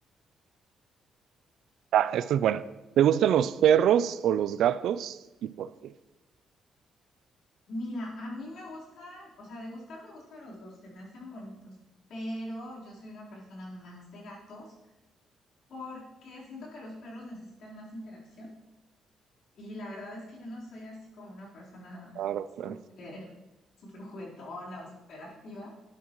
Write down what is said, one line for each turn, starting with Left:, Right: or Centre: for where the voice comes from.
Right: Ah, esto es bueno. ¿Te gustan los perros o los gatos y por qué?
Left: Mira, a mí me gustan, o sea, de gustar me gustan los dos, se me hacen bonitos, pero yo soy una persona más de gatos porque siento que los perros necesitan más interacción y la verdad es que yo no soy así como una persona
Right: Claro,
Left: súper,
Right: claro.
Left: súper juguetona o súper activa.